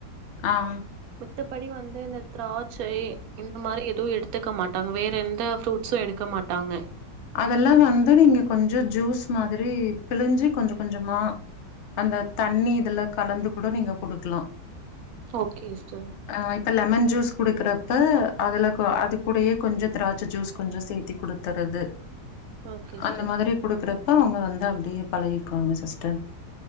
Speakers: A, on the left; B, on the right.
A: ஆ
B: மித்தபடி வந்து இந்த திராட்சை இந்த மாரி எதும் எடுத்துக்க மாட்டாங்க வேற எந்த ஃப்ரூட்ஸு எடுக்க மாட்டாங்க
A: அதெல்லா வந்து நீங்க கொஞ்சோ ஜூஸ் மாதிரி பிழிஞ்சி கொஞ்ச கொஞ்சமா அந்த தண்ணி இதுல கலந்து கூட நீங்க குடுக்கலா
B: ஓகே ஸ்டர்
A: ஆ இப்ப லெமன் ஜூஸ் குடுக்கறப்ப அதுல அ அது கூடயே கொஞ்சோ திராட்ச ஜூஸ் கொஞ்சோ சேத்தி குடு க்கிறது
B: ஓகே சிஸ்டர்
A: அந்த மாதிரி குடுக்குறப்ப அவுங்க வந்து அப்டியே பழகிக்குவாங்க சிஸ்டர்